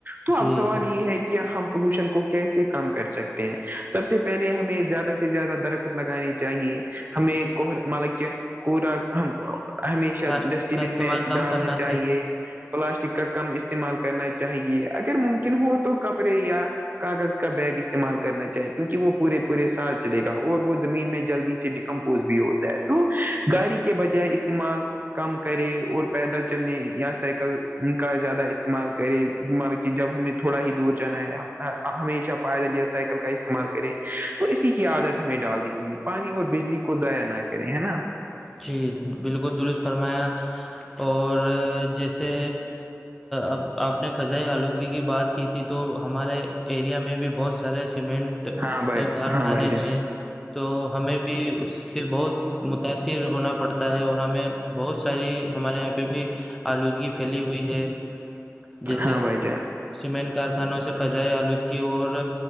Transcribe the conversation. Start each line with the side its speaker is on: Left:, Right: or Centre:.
Right: تو اب
Centre: جی
Right: سوال یہ ہے کہ ہم پولوشن کو کیسے کم کر سکتے ہیں سب سے پہلے ہمیں زیادہ سے زیادہ درخت لگانانی چاہیے ہمیں کر مل کی کوور <unintelligible> ہمیشہ
Centre: پلاسٹک
Right: ڈسٹ
Centre: کا
Right: بین
Centre: استعمال
Right: میں
Centre: کم
Right: ڈالنا
Centre: کرنا
Right: چاہیے پلاسٹک کا کم استعمال کرنا چاہیے اگر ممکن ہو تو کپڑے یا <unintelligible> کاغذ کا بیگ استعمال کرنا چاہیے کیونکہ وہ پورے پورے سال چلے گا اور وہ زمین میں جلدی سے ڈیکمپوز بھی ہوتا ہے تو گااری کے بجائے استعمال <unintelligible> کم کرے اور پیدل چلنے یا سائیکل کا زیادہ استعمال کرے مل کہ جب ہمیں تھوڑا ہی دور جانا ہے ہمیشہ پیدل یا سائیکل کا استعمال کرے تو اسی کی عادت ہمیں ڈالنی ہوگی پانی اور بجلی کو ضائع نہ کرے ہے نا
Centre: جی بالکل درست فرمایا اور جیسے اب آپ نے فضائی آلودگی کی بات کی تھی تو ہمارے ایریا میں بھی بہت سارے سیمنٹ
Right: ہاں بھائی
Centre: کارخانے
Right: ہاں بھائی جان
Centre: ہیں <unintelligible> تو ہمیں بھی اس سے بہت متاثر ہونا پڑتا ہے اور ہمیں <unintelligible> بہت ساری ہمارے یہاں پہ بھی آلودگی پھیلی ہوئی ہے جیسے
Right: ہاں بھائی جان
Centre: سیمنٹ کارخانوں سے فضائی آلودگی اور